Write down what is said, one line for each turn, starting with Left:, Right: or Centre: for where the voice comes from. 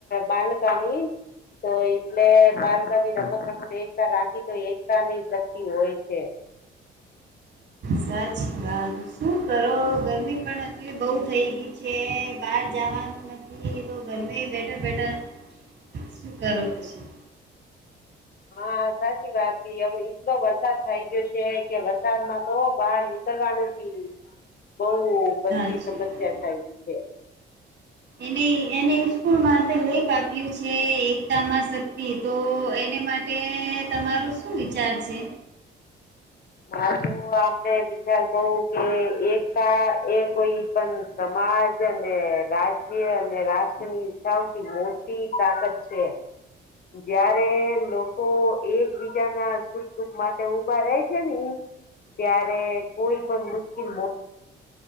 Left: બાલકા ની તો એટલે બાળકામી રમત રમત એકતા રાખી તો એકતાની શક્તિ હોય છે
Right: સાચી વાત શું કરો ગરમી પણ હતલી બઉ થઈ ગઈ છે બહાર જવાનું નથી તો ઘરમે બેઠા બેઠા શું કરો પછી
Left: હા સાચી વાત હવે એટલો વરસાદ થઈ ગયો છે કે વરસાદ માં તો બાર કરવાનું બહ બધી
Right: સાચી
Left: સમસ્યા
Right: વાત
Left: થાયલી છે
Right: એને એને સ્કૂલમાં તો લેખ આપ્યું છે એકતા માં શક્તિ તો એનેવી માટે એ તમારો શું વિચાર છે
Left: હજુ અમને વિચાર કવું કે એકતા એ કોઈ સમાજ અને રાજ્ય અને રાષ્ટ્ર ની સૌથી મોટી તાકાત છે જયારે લોકો એકબીજા ના સુખ દુખ માટે ભરે છે ને ત્યારે કોઈ પણ મુશ્કેલ બ